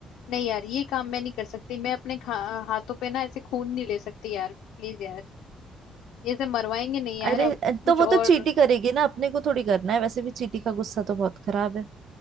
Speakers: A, on the left; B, on the right.
A: नहीं यार ये काम मैं नहीं कर सकती मैं अपने खा- हाथों पे ना ऐसे खून नहीं ले सकती यार प्लीज यार ऐसे मरवाएंगे नहीं यार
B: अरे
A: अब कुछ
B: तो वो
A: और
B: तो चींटी करेगी ना अपने को थोड़ी करना है वैसे भी चींटी का गुस्सा तो बहुत खराब है